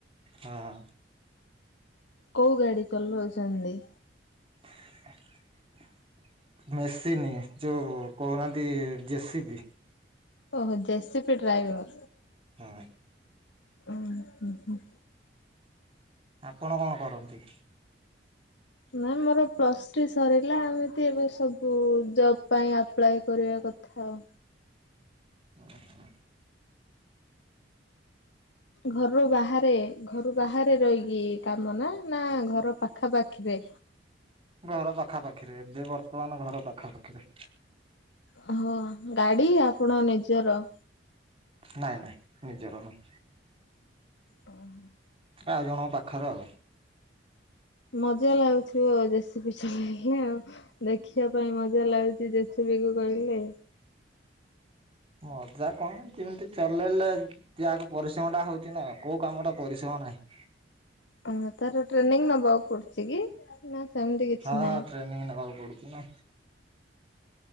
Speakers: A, on the right (about 30°); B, on the left (about 80°).
A: ହଁ।
B: କୋଉ ଗାଡି ଚଲାଉଛନ୍ତି।
A: <unintelligible> ମେସିନି ଯୋଉ କହୁନାହାନ୍ତି ଜେସି ବିି
B: ଓହୋ ଜେସିପି ଡ୍ରାଇଭର।
A: ହଁ
B: ଓଁ ହୁଁ ହୁଁ
A: ଆପଣ କଣ କରନ୍ତି?
B: ନାାଇ ମୋର ପ୍ଲସ୍ ଥ୍ରୀ ସରିଲା ଏମିତି ଏବେ ସବୁ ଜବ ପାଇଁ ଆପ୍ଲାଏ କରିବା କଥା। ଖାଉ।
A: ହୁଁ ହୁଁ
B: ଘରୁରୁ ବାହାରେ ଘରୁ ବାହାରେ ରହିକି କାମ ନା ନା ଘର ପାଖା ପାାଖିରେ
A: ଘର ପାଖା ପାାଖିରେ ଏବେ ବର୍ତ୍ତମାନ ଘର ପାଖା ପାଖିରେ
B: ହଁ ଗାଡି ଆପଣ ନିଜର
A: ନାଇଁ ନାଇଁ ନିଜର ନୁହଁ।
B: ପାଳ ହେଲା।
A: ଆଉ ଜଣଙ୍କ ପାଖରେ ଆଉ
B: ମଜା ଲାଗୁଥିବ ଆଉ ଦେସୀ ପିଛ ଆଉ ଦେଖିବା ପାଇଁ ମଜା ଲାଗୁଛି ଜେସେବିକୁ କହିଲେ।
A: ମଜା କଣ ଯେମିତି ଚଲେଇଲେ ପରିଶ୍ରମ ଟା ହଉଛି ନା କୋଉ କାମ ଟା ପରିଶ୍ରମ ନାହିଁ।
B: <unintelligible> ତାର ଟ୍ରେନିଂ ନବାକୁ ପଡୁଚି କି ନା ସେମିତି କିଛି
A: ହଁ
B: ନାହିଁ?
A: ଟ୍ରେନିଂ ନେବାକୁ ପଡୁଛି ନା